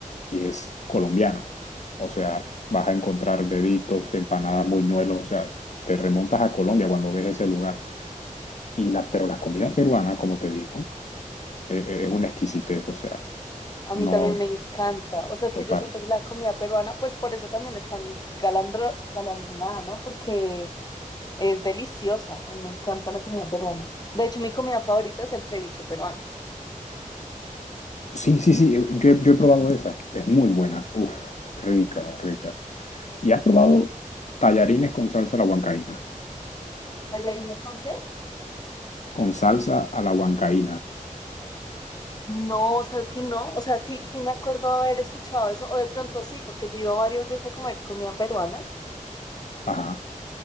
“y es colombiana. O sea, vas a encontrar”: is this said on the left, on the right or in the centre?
Left